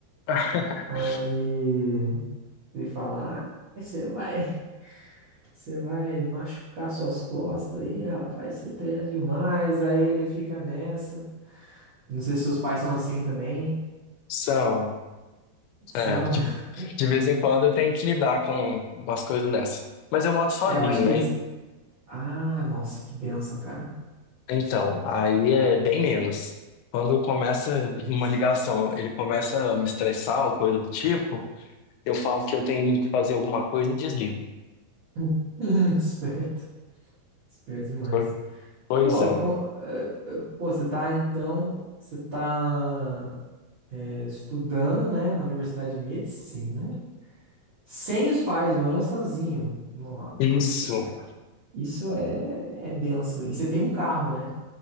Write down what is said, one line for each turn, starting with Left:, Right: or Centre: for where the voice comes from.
Left: <laughs>
Right: Aí ele fala: Ah, você vai, você vai machucar suas costas aí, rapaz, você treina demais. Aí ele fica nessa. Não sei se seus pais são assim também.
Left: São.
Right: São.
Left: É, de,
Right: <laughs>
Left: de vez em quando eu tenho que lidar com umas coisas dessa. Mas eu moro sozinho,
Right: Eu acho que
Left: né?
Right: eles. Ah, nossa, que bênção, cara.
Left: Então, aí é bem menos. Quando começa
Right: Que bênção.
Left: uma ligação, ele começa a me estressar ou coisa do tipo, eu falo que eu tenho que fazer alguma coisa e desligo.
Right: <laughs> Esperto. Esperto demais.
Left: Po- Pois
Right: Pô,
Left: é.
Right: com- eh, eh, pô, você tá então, você tá eh, estudando, né, na Universidade de Medicina, sem os pais, morando sozinho. Nossa,
Left: Isso,
Right: cara, isso é, é benção. E você tem um carro, né?